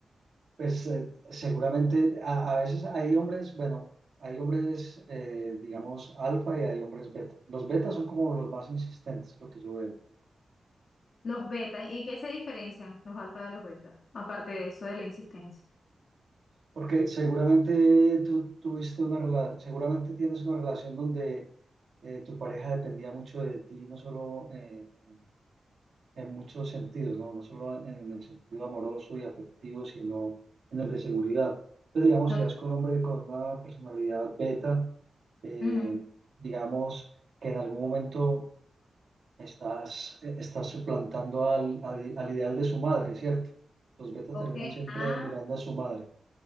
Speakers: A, on the right; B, on the left.
A: Pues eh, seguramente a, a veces hay hombres, bueno, hay hombres, eh, digamos, alfa y hay hombres beta. Los betas son como los más insistentes, lo que yo veo.
B: Los beta, ¿y qué se diferencian los alfa de los beta? Aparte de eso, de la insistencia.
A: Porque seguramente tú tuviste una relación, seguramente tienes una relación donde eh, tu pareja dependía mucho de ti, no solo eh, en en muchos sentidos, ¿no? No solo en en el sentido amoroso y afectivo, sino en el de seguridad. Entonces, digamos,
B: Ok.
A: si das con un hombre con una personalidad beta, eh,
B: Ujú.
A: digamos que en algún momento estás, eh, estás suplantando al, al, al ideal de su madre, ¿cierto? Los betas
B: Ok,
A: terminan siempre
B: ah,
A: mirando a su madre.